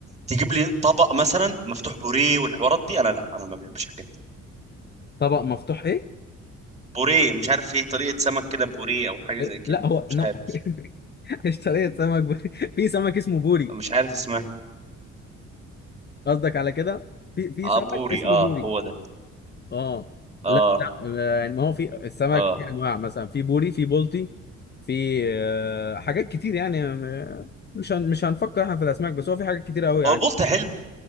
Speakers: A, on the right (about 20°); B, on the left (about 35°).
A: تجيب لي طبق مثلا مفتوح بوريه والحوارات دي انا لا انا ما بحبش الحاجات دي
B: طبق مفتوح ايه
A: بوريه مش عارف ايه طريقه سمك كده بوريه او حاجه
B: إيه؟
A: زي كده
B: لا هو
A: مش
B: نوع
A: عارف
B: <laughs> اشتريت سمك بوري في سمك اسمه بوري
A: مش عارف اسمها
B: قصدك على كده في في سمك
A: اه بوري
B: اسمه
A: اه
B: بوري
A: هو ده
B: اه
A: اه
B: لا لا آه، يعني ما هو في السمك
A: اه
B: في انواع مثلا في بوري في بولتي في آه، حاجات كتير يعني آه، مش هن مش هنفكر احنا في الاسماك بس هو في حاجات كتير قوي يعني
A: هو البلطي حلو